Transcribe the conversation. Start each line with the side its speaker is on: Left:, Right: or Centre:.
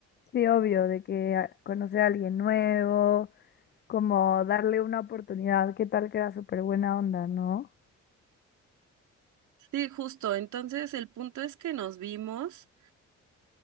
Left: sí, obvio, de que ah, conocer a alguien nuevo, como darle una oportunidad, qué tal que era súper buena onda, ¿no?
Right: Sí, justo, entonces el punto es que nos vimos.